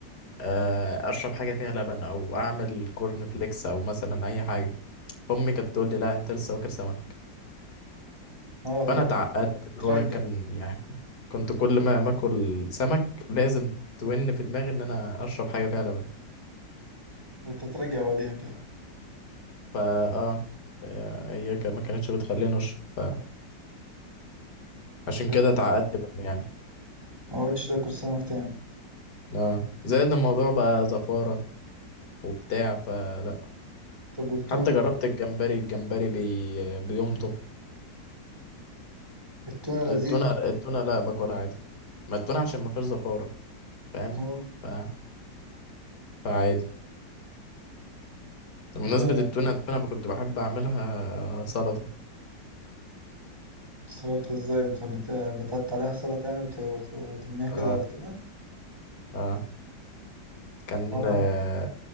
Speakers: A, on the left; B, on the right.
A: آه، اشرب حاجه فيها لبن او اعمل كورن فليكس او مثلا اي حاجه فامي كانت تقول لي لا انت لسه واكل سمك
B: اه طبعا
A: فانا اتعقدت اللي
B: ترجع
A: هو كان يعني كنت كنت كل ما ما اكل سمك لازم تون في دماغي ان انا اشرب حاجه فيها لبن
B: ده انت ترجع بعديها كده
A: فا اه هي هي كان- ما كانتش بتخليني اشرب فعشان
B: إيه،
A: كده اتعقدت منه يعني
B: ما قعدتش تاكل سمك تاني
A: اه زائد الموضوع بقى زفاره وبتاع فلا
B: طب والتونة
A: حتى جربت الجمبري الجمبري بي... بيمضغ
B: التونة لذيذة
A: التونة التونة لا باكلها عادي ما التونة عشان ما فيهاش زفارة فاهم
B: اه
A: ف... فعادي بمناسبة
B: آه،
A: التونة التونة كنت بحب أعملها سلطة
B: سلطة ازاي بت- بت- بتقطع عليها سلطة يعني وت- وت- وترميها
A: آه
B: كده على التونة
A: آه كان
B: وأنا-
A: آه